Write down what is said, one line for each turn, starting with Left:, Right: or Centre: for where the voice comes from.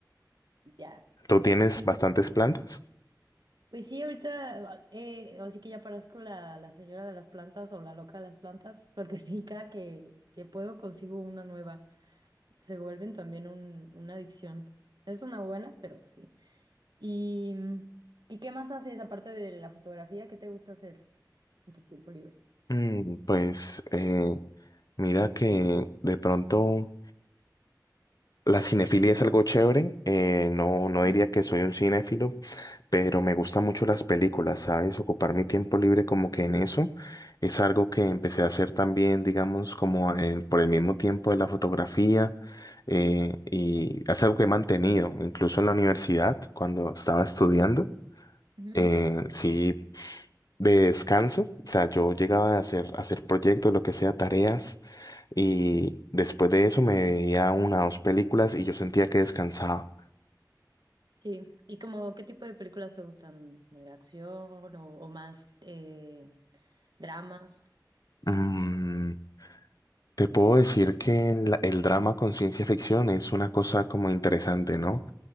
Right: ya.
Left: ¿Tú tienes
Right: Y
Left: bastantes plantas?
Right: pues sí, ahorita, eh, así que ya parezco la, la señora de las plantas o la loca de las plantas, porque <laughs> sí, cada que, que puedo consigo una nueva. Se vuelven también un, una adicción. Es una buena, pero sí. ¿Y, ¿y qué más haces aparte de la fotografía? ¿Qué te gusta hacer en tu tiempo libre?
Left: Mm, pues eh, mira que de pronto... La cinefilia es algo chévere, eh, no, no
Right: Ujú,
Left: diría que soy un cinéfilo, pero me gustan mucho las películas, ¿sabes? Ocupar mi tiempo libre como que en eso es algo que empecé a hacer también, digamos, como en- por el mismo tiempo de la fotografía eh, y es algo que he mantenido, incluso en la universidad, cuando estaba estudiando,
Right: ujú.
Left: eh, sí, de descanso, o sea, yo llegaba a hacer, a hacer proyectos, lo que sea, tareas. Y después de eso me veía una o dos películas y yo sentía que descansaba.
Right: Sí, ¿y como qué tipo de películas te gustan? ¿De acción o, o más eh, dramas?
Left: Mm, te puedo decir que la- el drama con ciencia ficción es una cosa como interesante, ¿no?